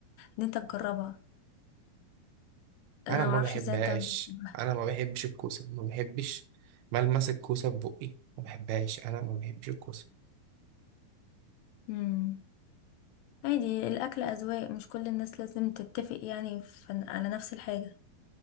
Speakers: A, on the left; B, on the right.
A: ان انت تجربها انا
B: انا ما
A: معرفش
B: بحبهاش
A: ازاي انت مش بتحبها
B: انا ما بحبش الكوسه ما بحبش ملمس الكوسه في بقي ما بحبهاش انا ما بحبش الكوسه
A: مم. عادي الاكل اذواق مش كل الناس لازم تتفق يعني في على نفس الحاجة